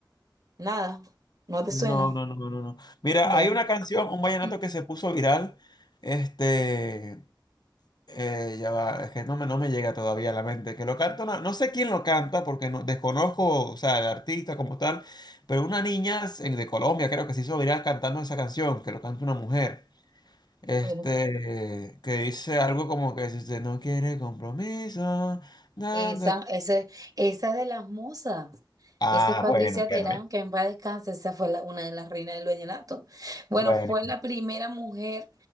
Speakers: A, on the right; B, on the left.
A: nada, no te
B: No,
A: suena.
B: no, no, no, no. no. Mira,
A: Bueno,
B: hay una canción, un vallenato
A: <clears throat>
B: que se puso viral, este, Eh, ya va, es que no me, no me llega todavía a la mente. Que lo canta, una- no sé quién lo canta porque no, desconozco, o sea, el artista como tal, pero una niña en- de Colombia creo que se hizo viral cantando esa canción, que lo canta una mujer. Este,
A: bueno.
B: que dice algo como que si usted no quiere compromiso. na,
A: Esa,
B: na.
A: esa, esa de las musas.
B: Ah,
A: Esa es Patricia
B: bueno,
A: Terán,
B: bueno,
A: que en paz descanse, esa fue la- una de las reinas del vallenato. Bueno,
B: bueno.
A: fue la primera mujer